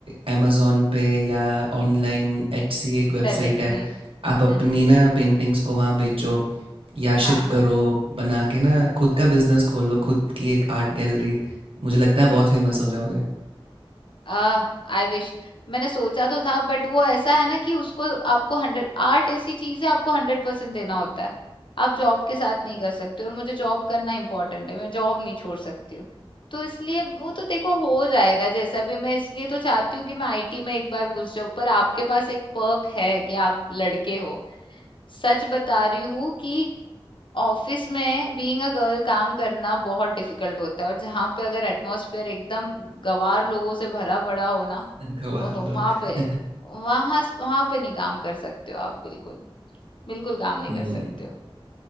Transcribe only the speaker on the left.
सेलिंग
हम्म
हम्म हम्म,
हाँ
आह I wish मैंने सोचा तो था बट वो ऐसा है ना कि उसको आपको हंड्रेड आर्ट ऐसी चीज है आपको हंड्रेड परसेंट देना होता है आप जॉब के साथ नहीं कर सकते और मुझे जॉब करना इम्पोर्टेंट है मैं जॉब नहीं छोड़ सकती हूँ तो इसलिए वो तो देखो हो जाएगा जैसा भी मैं इसलिए तो चाहती हूँ कि मैं आईटी में एक बार घुस जाऊं पर आपके पास एक पर्क है कि आप लड़के हो सच बता रही हूँ कि ऑफिस में बीइंग अ गर्ल काम करना बहुत डिफिकल्ट होता है और जहाँ पे अगर एटमॉस्फेयर एकदम गवार लोगों से भरा पड़ा हो ना
ओहो
वहां पे
वहां वहां पे नहीं काम कर सकते हो आप बिल्कुल बिल्कुल काम नहीं
कर सकते हो